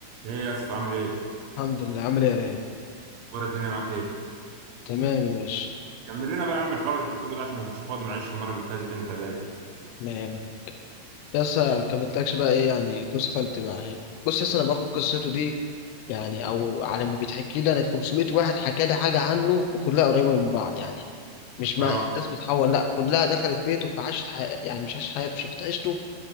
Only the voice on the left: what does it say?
الحمد لله عامل ايه يا رايق
تمام يا باشا
نعم بس كملتلكش بقى ايه يعني جوز خالتي بقى ايه بص لسه انا باخد قصته دي يعني او على ما بتحكي لي انا 500 واحد حكى لي حاجه عنه وكلها قريبه من بعض يعني مش مع
الناس بتحول لا كلها دخلت بيته فعاشت حي... يعني مش عاشت حياته شافت عيشته